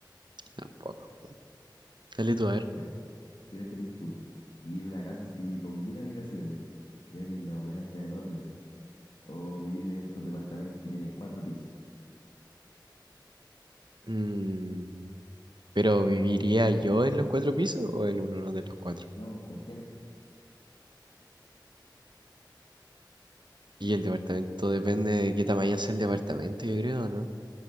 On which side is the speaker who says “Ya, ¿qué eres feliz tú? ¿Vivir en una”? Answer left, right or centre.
Left